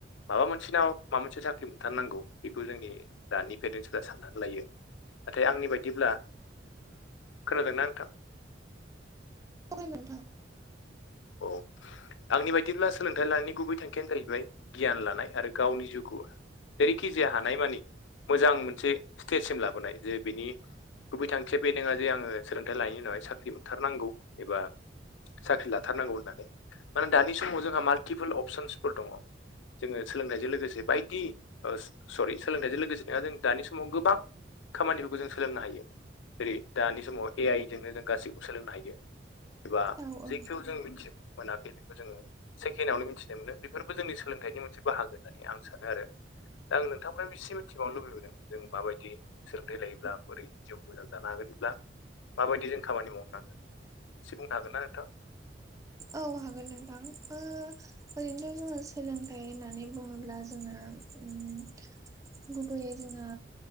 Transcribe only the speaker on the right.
ओ खोनादों नोंथां
औ-औ
औ हागोन नोंथां ओरैनोथ' जोङो सोलोंथाइ होननानै बुङो अब्ला जोंनो ओ गुबैयै जोंना